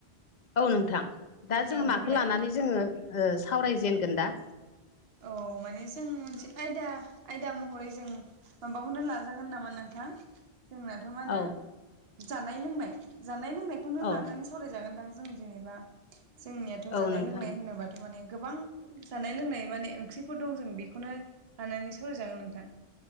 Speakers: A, on the left; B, on the right.
A: औ नोंथां दा जोंङो
B: औ
A: माखौ
B: बुंलाय
A: लानानै जोङो सावरायजेनगोन दा
B: औ माने जों मोनसे आयदा आयदा महरै जों माबाखौनो लाजागोन नामा नोंथां जोंना मा होनो
A: औ
B: जानाय लोंनाय जानाय लोंनायखौनो
A: औ
B: लानानै सावरायजागोनदां जों जेनेबा जोंनियाथ'
A: औ
B: जानाय
A: नोंथां
B: लोंनाय होनोबाथ' थारमाने गोबां जानाय लोंनाय माने ओंख्रिफोर दं जों बेखौनो लानानै सावरायजागोन नोंथां